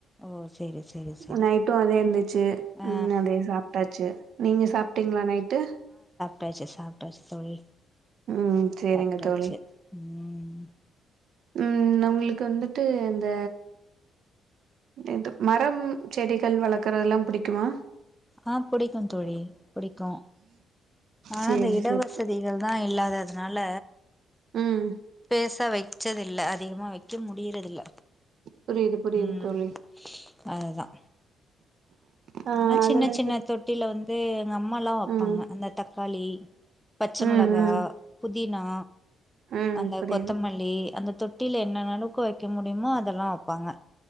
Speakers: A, in the centre; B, on the right (about 65°).
A: ஓ செரி செரி செரி
B: உ நைட்டும் அதே இருந்துச்சு
A: ஆ
B: ம் அதே சாப்டாச்சு நீங்க சாப்டிங்ளா நைட்டு
A: டாச்சி சாப்டாச்சி தோழி
B: ம் செரிங்க
A: சாப்ட்டாச்சு
B: தோழி
A: ம்
B: ம் உங்ளுக்கு வந்துட்டு அந்த எது மரம் செடிகள் வளக்கறது எல்லாம் பிடிக்குமா
A: ஆ புடிக்கும் தோழி புடிக்கும் ஆனா
B: சேரி
A: அந்த இடவசதிகள்
B: சேரி
A: தா இல்லாததுனால
B: ம்
A: பெருசா வைச்சது இல்ல அத் அதிகமா வைக்க முடியறதில்ல
B: புரியுது புரியுது
A: ம்
B: தோழி
A: அதுதா
B: ஆ
A: ஆனா
B: அதுல
A: சின்ன
B: இருந்து
A: சின்ன தொட்டில வந்து எங்க அம்மா எல்லா வப்பாங்க
B: ம்
A: அந்த தக்காளி பச்ச மொளகா
B: ம் ம்
A: புத் புதினா
B: ம்
A: அந்த
B: புரியுது
A: கொத்தமல்லி அந்தத் தொட்டில என்னன்ன அளவுக்கு வைக்க முடியுமோ அதெல்லா வப்பாங்க